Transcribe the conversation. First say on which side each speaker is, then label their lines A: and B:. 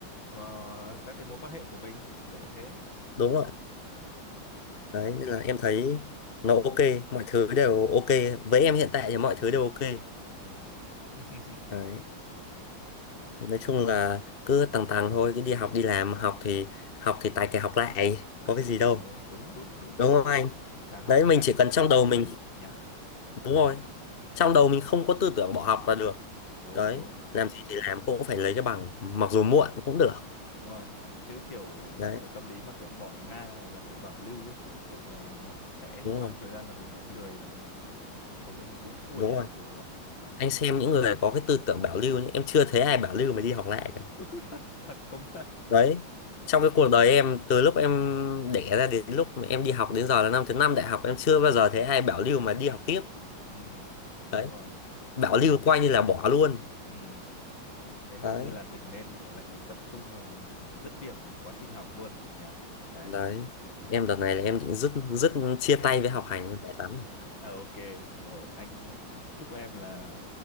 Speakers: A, on the left; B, on the left.
A: ờ, các cái mối quan hệ của mình kiểu như thế
B: đúng rồi.
A: <laughs>
B: Đấy, nên là em thấy nó ok. Mọi thứ đều ok. Với em hiện tại thì mọi thứ đều ok.
A: ừ. <laughs>
B: Đấy, nói chung là cứ tầng tầng thôi. Cứ đi học, đi làm. Học thì học thì tài kẻ học lại.
A: Ờ,
B: Có cái
A: đúng
B: gì đâu.
A: rồi đúng đúng đúng
B: Đúng không
A: thì
B: anh?
A: càng học
B: Đấy,
A: thì
B: mình
A: càng
B: chỉ cần trong
A: càng
B: đầu
A: vững
B: mình.
A: nhỉ
B: Đúng rồi. Trong đầu mình không có tư tưởng bỏ học là được.
A: đúng
B: Đấy,
A: đúng
B: làm gì thì làm cũng phải lấy cái bằng. Mặc dù muộn cũng được.
A: đúng rồi chứ kiểu mà
B: Đấy.
A: kiểu tâm lý mà kiểu bỏ ngang hoặc là kiểu bảo lưu ấy thì thực sự là nó cũng sẽ
B: đúng
A: sau
B: rồi
A: một thời gian là mình lại lười là mình hầu như mình buông xuôi
B: đúng
A: ấy,
B: rồi
A: kiểu như vậy nhỉ
B: anh xem những người có cái tư tưởng bảo lưu nhé em chưa thấy ai bảo lưu mà đi học lại cả
A: <laughs> thật thật công nhận
B: đấy trong cái cuộc đời em từ lúc em đẻ ra đến lúc mà em đi học đến giờ là năm thứ năm đại học em chưa bao giờ thấy ai bảo lưu mà đi học tiếp
A: Ừm, đúng
B: đấy
A: rồi
B: bảo lưu coi như là bỏ luôn
A: Ừm, thế hầu
B: đấy
A: như là mình nên gọi là mình tập trung là mình ờ, dứt điểm cái quá trình học luôn nhỉ đấy
B: đấy em đợt này là em định dứt dứt chia tay với học hành em mệt lắm rồi
A: à, ok rồi anh ờ, chúc em là